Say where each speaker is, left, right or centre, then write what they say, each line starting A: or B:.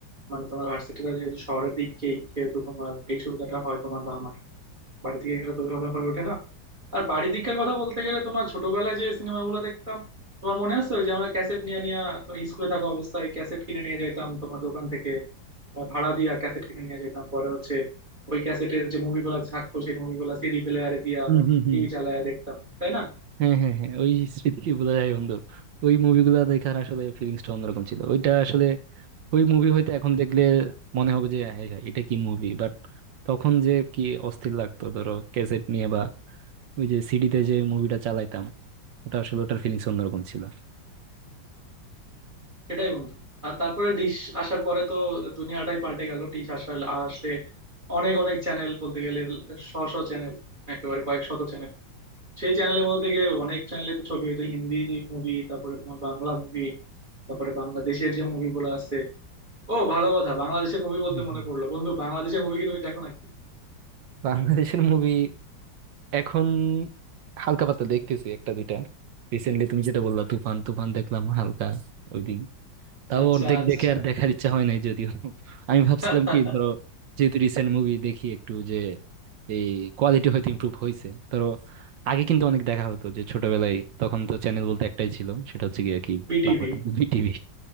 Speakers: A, on the right; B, on the right.
A: মানে তোমার ভার্সিটিটা যেহেতু শহরের দিকেই সেহেতু তোমার এই সুবিধাটা হয় তোমার বা আমার বাড়ি থেকে গেলে তো ওইভাবে হয়ে ওঠে না আর বাড়ির দিককার কথা বলতে গেলে তোমার ছোটবেলায় যে সিনেমাগুলো দেখতাম তোমার মনে আছে ওই যে আমরা ক্যাসেট নিয়ে নিয়ে তো স্কুলে থাকা অবস্থায় ক্যাসেট কিনে নিয়ে যাইতাম তোমার দোকান থেকে তোমার ভাড়া দিয়া ক্যাসেট কিনে নিয়ে যেতাম পরে হচ্ছে ওই ক্যাসেটের যে মুভিগুলো থাকতো সেই মুভিগুলো সিডি প্লেয়ারে দিয়া
B: হুম হুম হুম
A: টিভি চালায়া দেখতাম তাই না
B: হ্যাঁ হ্যাঁ হ্যাঁ ওই স্মৃতি কি বোঝা যায় বন্ধু ওই মুভিগুলো দেখার আসলে ফিলিংসটা অন্যরকম ছিল ওইটা আসলে ওই মুভি হয়তো এখন দেখলে মনে হবে যে হ্যাঁ হ্যাঁ, এটা কি মুভি বাট তখন যে কি অস্থির লাগতো ধরো ক্যাসেট নিয়ে বা ওই যে সিডিতে যে মুভিটা চালাইতাম ওটা আসলে ওটার ফিলিংস অন্যরকম ছিল
A: সেটাই বন্ধু আর তারপরে ডিশ আসার পরে তো দুনিয়াটাই পাল্টে গেল ডিশ আসার আসলে অনেক অনেক চ্যানেল বলতে গেলে শ শ চ্যানেল একেবারে কয়েক শত চ্যানেল সেই চ্যানেলের মধ্যে থেকে অনেক চ্যানেলে তো ছবি হইতো হিন্দি মুভি তারপরে তোমার বাংলা মুভি তারপরে বাংলাদেশের যে মুভিগুলো আছে ও ভালো কথা বাংলাদেশের মুভি বলতে
B: হুম
A: মনে
B: হুম।
A: পড়লো বন্ধু বাংলাদেশের মুভি কি তুমি দেখো নাকি
B: বাংলাদেশের মুভি এখন হালকা পাতলা দেখতেছি একটা দুইটা রিসেন্টলি তুমি যেটা বললা তুফান তুফান দেখলাম হালকা ওই দিন তাও
A: আচ্ছা
B: অর্ধেক
A: আচ্ছা
B: দেখে আর দেখার ইচ্ছা হয় নাই যদিও আমি ভাবছিলাম
A: <laughs>
B: কি ধরো যেহেতু রিসেন্ট মুভি দেখি একটু যে এই কোয়ালিটি হয়তো ইমপ্রুভ হয়েছে ধরো আগে কিন্তু অনেক দেখা হতো যে ছোটবেলায় তখন তো চ্যানেল বলতে একটাই ছিল সেটা হচ্ছে গিয়ে কি
A: বিটিভি
B: বাংলা টিভি, বিটিভি